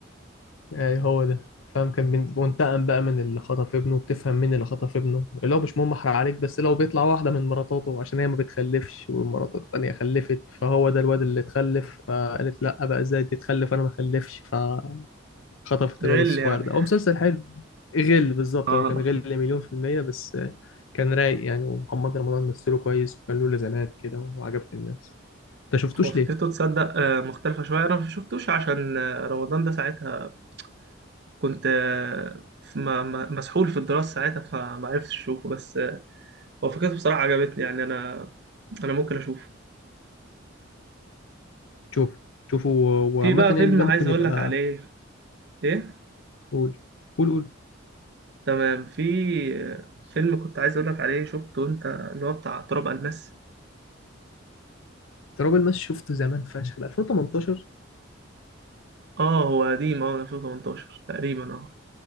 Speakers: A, on the left; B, on the right.
A: يعني هو ده فاهم كان بين- بينتقم بقى من اللي خطف ابنه بتفهم مين اللي خطف ابنه اللي هو مش مهم أحرق عليك بس لو بيطلع واحدة من مراتاته عشان هي ما بتخلفش والمرات التانية خلفت فهو ده الواد اللي اتخلف فقالت لأ بقى إزاي تتخلف أنا ما خلفش ف خطفت
B: غل
A: الواد الصغير
B: يعني
A: ده هو مسلسل حلو غل بالظبط
B: اه
A: هو كان غل مليون في المية بس آه، كان رايق يعني ومحمد رمضان مثله كويس وكان له لازمات كده وعجبت الناس انت شفتوش
B: هو فكرته
A: ليه؟
B: تصدق آه، مختلفة شوية انا ما شفتوش عشان آه، رمضان ده ساعتها كنت آه، في- ما- ما- مسحول في الدراسة ساعتها فما عرفتش اشوفه بس آه، هو فكرته بصراحة عجبتني يعني انا انا ممكن اشوفه
A: شوف شوفوا و- وعامة
B: في بقى
A: يعني
B: فيلم
A: ده
B: عايز
A: ممكن
B: اقول
A: يبقى
B: لك عليه ايه
A: قول قول قول
B: تمام في آه، فيلم كنت عايز اقول لك عليه شفته انت اللي هو بتاع تراب الماس
A: تراب الماس شفته زمان فشخ ده 2018
B: اه هو قديم اه 2018 تقريبا اه